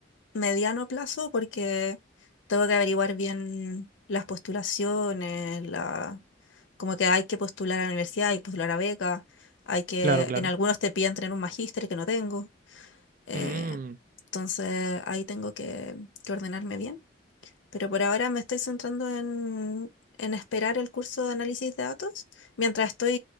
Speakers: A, on the left; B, on the right.
A: mediano plazo porque tengo que averiguar bien las postulaciones, la, como que hay que postular a la universidad, hay que postular a becas, hay que,
B: Claro, claro.
A: en algunos te piden tener un magíster que no tengo. Eh,
B: Mm,
A: entonces ahí tengo que, que ordenarme bien. Pero por ahora me estoy centrando en, en esperar el curso de análisis de datos, mientras estoy